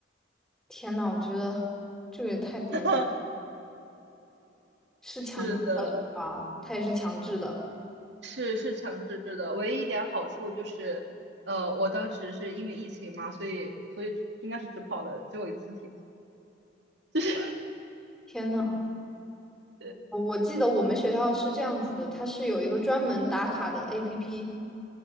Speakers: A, in the centre; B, on the right (about 65°).
A: 天呐，我觉得这个也太不人性，
B: <laughs>
A: 是强制的是吧？
B: 是的，
A: 他也是强制的。
B: 是是强制的。唯一一点好处就是，呃，我当时是因为疫情嘛，所以所以应该是只跑了只有一次题，<laughs> 就是
A: 天呐。
B: 对，
A: 我我记得我们学校是这样子的，它是有一个专门打卡的 APP，